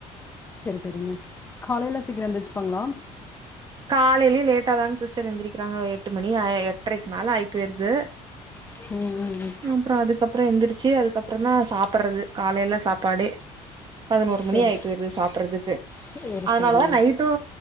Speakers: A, on the left (about 15°); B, on the right (about 35°).
A: செரி செரிங்க காலையில சீக்ரோ எந்திர்ச்சிப்பாங்ளா
B: காலையிலயே லேட்டாதாங்க சிஸ்டர் எந்திரிக்கிறாங்கோ எட்டு மணி ஆயி எட்ரைக்கு மேல ஆயிப்போயிருது
A: ம் ம்.
B: ஆம்ப்றோ அதுக்கப்றோ எந்திரிச்சி அதுக்கப்றோந்தா சாப்பட்றது காலைல சாப்பாடே பதினோரு மணி
A: சரி
B: ஆகி போயிருது சாப்பட்றதுக்கு
A: சரி
B: அதுனாலதா
A: சரிங்க
B: நைட்டூ